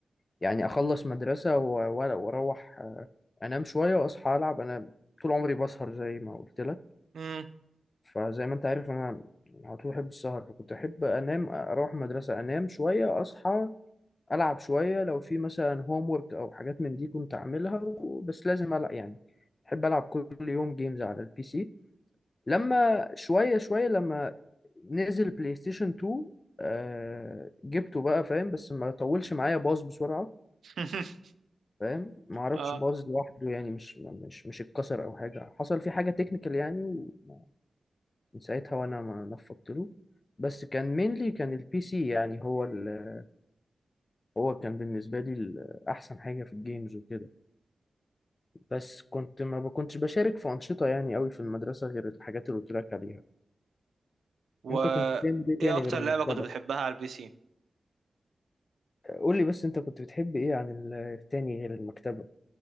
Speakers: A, on the left; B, on the right.
A: يعني اخلص مدرسه و- و- واروح آه، انام شويه واصحى العب انا طول عمري بسهر زي ما قلت لك
B: امم
A: فزي ما انت عارف انا على طول بحب السهر فكنت احب انام اروح مدرسه انام شويه اصحى العب شويه لو في مثلا هوم ورك او حاجات من دي كنت اعملها و- بس لازم العب يعني بحب العب كل يوم جيمز على البي سي لما شويه شويه لما نزل بلاي ستيشن 2 آه جبته بقى فاهم بس ما طولش معايا باظ بسرعه
B: <laughs>
A: فاهم ما اعرفش
B: اه
A: باظ لوحده يعني مش مش مش اتكسر او حاجه حصل فيه حاجه تكنيكال يعني ومن ساعتها وانا ما نفضت له بس كان مينلي كان البي سي يعني هو ال... هو كان بالنسبه لي ال- احسن حاجه في الجيمز وكده بس كنت ما بكنتش بشارك في أنشطة يعني قوي في المدرسة غير الحاجات اللي قلت لك عليها
B: و
A: انت كنت بتعمل ايه
B: ايه
A: تاني
B: اكتر
A: غير المكتبة
B: لعبة كنت بتحبها على البي سي
A: قول لي بس انت كنت بتحب ايه عن ال- التاني غير المكتبة